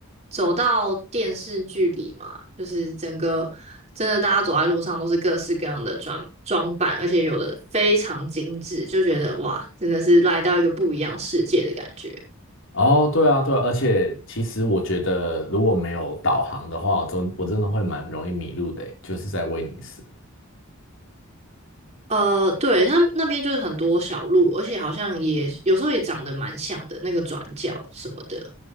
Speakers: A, on the right; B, on the left.
A: 走到电视剧里嘛，就是整个真的大家走在路上都是各式各样的装装扮，而且有的非常精致，就觉得哇，真的是来到一个不一样世界的感觉。
B: 哦，对啊，对啊，而且其实我觉得，如果没有导航的话，我真我真的会蛮容易迷路的欸就是在威尼斯。
A: 呃，对，它那边就是很多小路，而且好像也有时候也长得蛮像的，那个转角什么的。